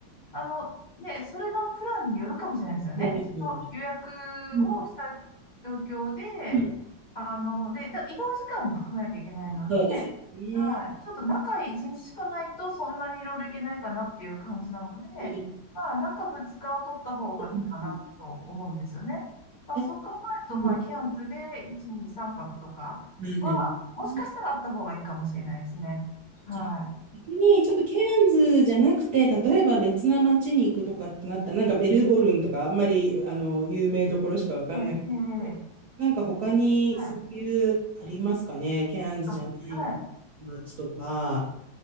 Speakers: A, on the left; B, on the right.
A: あの、ね、それのプランによるかもしれないですよね。
B: はね、
A: その予約
B: うん。うん。
A: をした状況で、
B: うん。
A: あの、で、た移動時間も含めなきゃいけないので、
B: そうですよね。
A: はい。ちょっと中1日しかないと、そんなにいろいろいけないかなっていう感じなので、
B: うん
A: まあ、中2日を取った方がいいかなと思うんですよね。
B: うん。
A: まあ、
B: じゃ、
A: そう考えると、
B: うん、
A: まあ、
B: あ
A: キャンプで1、2、3泊とかは、
B: なるほどね。
A: もしかしたらあった方がいいかもしれないですね。は
B: じゃ、逆にちょっとケアンズじゃなくて、例えば別な街に行くとかってなったら、なんかメルボルンとかあんまりあの有名どころしかわかんない。
A: い。ええ、ええ、
B: けどなんか他にそういうありますかね。
A: ええはい。
B: ケアンズじゃない
A: あ、はい。
B: 街とか。